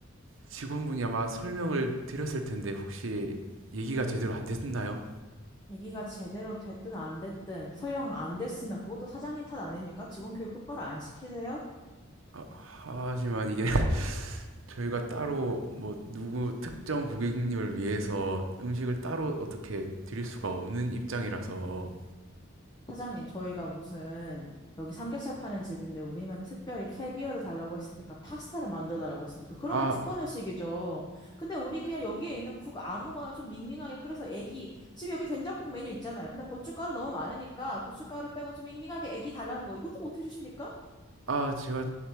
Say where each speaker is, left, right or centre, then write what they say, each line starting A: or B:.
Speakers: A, on the right; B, on the left.
A: 직원분이 아마 설명을 드렸을 텐데 혹시 얘기가 제대로 안 됐나요?
B: 얘기가 제대로 됐든 안 됐든 설령 안 됐으면 그것도 사장님 탓 아닙니까? 직원 교육 똑바로 안 시키세요?
A: 아, 하지만 이게 <laughs> 저희가 따로 뭐 누구 특정 고객님을 위해서 음식을 따로 어떻게 드릴 수가 없는 입장이라서
B: 사장님, 저희가 무슨 여기 삼겹살 파는 집인데 우리만 특별히 캐비어를 달라고 했습니까? 파스타를 만들어 달라고 했습니까? 그러면
A: 아,
B: 특권 의식이죠 근데 우리 그냥 여기에 있는 국 아무거나 좀 밍밍하게 끓여서 애기 지금 여기 된장국 메뉴 있잖아요. 근데 고춧가루 너무 많으니까 고춧가루 빼고 좀 밍밍하게 애기 달라는 거 이것도 못 해주십니까?
A: 아, 제가